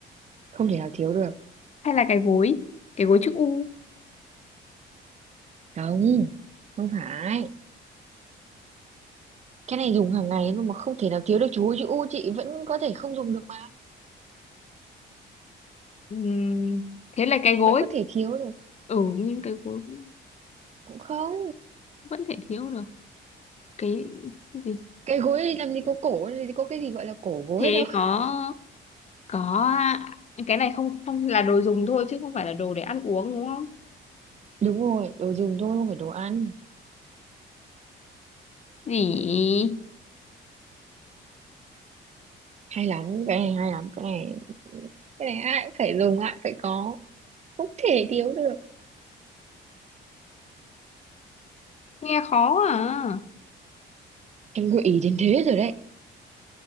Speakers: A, on the right (about 35°); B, on the left (about 35°).
A: không thể nào thiếu được
B: hay là cái gối, cái gối chữ U.
A: không không phải cái này dùng hàng ngày luôn mà không thể nào thiếu được chú ơi chứ u chị vẫn có thể không dùng được mà
B: Ừm, thế là cái gối.
A: vẫn có thể thiếu được
B: Ừ, nhưng cái gối cũng
A: cũng không
B: vẫn thể thiếu được. Cái, cái gì?
A: cái gối này làm gì có cổ làm gì có cái gì gọi là cổ gối
B: Thế
A: đâu
B: có có cái này không không là đồ dùng thôi chứ không phải là đồ để ăn uống đúng không?
A: đúng rồi đồ dùng thôi không phải đồ ăn
B: Gì?
A: hay lắm cái này hay lắm cái này cái này ai cũng phải dùng ai cũng phải có không thể thiếu được
B: Nghe khó à.
A: em gợi ý đến thế rồi đấy